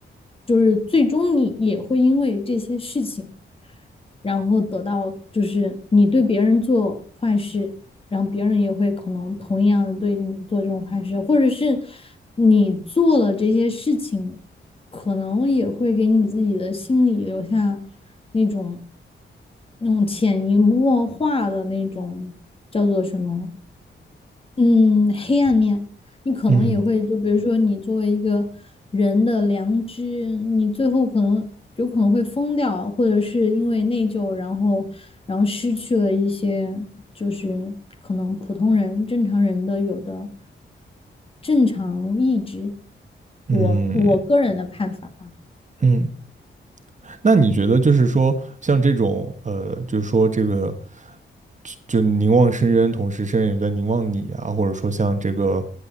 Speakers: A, on the left (about 30°); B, on the right (about 40°).
A: 就是最终你也会因为这些事情然后得到就是你对别人做坏事，然后别人也会可能同样的对你做这种坏事，或者是你做了这些事情，可能也会给你自己的心里留下那种那种潜移默化的那种叫做什么嗯，黑暗面，你可能也会，
B: 嗯
A: 就比如说你作为一个人的良知，你最后可能有可能会疯掉，或者是因为内疚，然后然后失去了一些，就是可能普通人、正常人的有的正常意志。
B: 嗯
A: 我我个人的看法，
B: 嗯，那你觉得就是说，像这种呃，就是说这个，就就凝望深渊，同时深渊也在凝望你啊，或者说像这个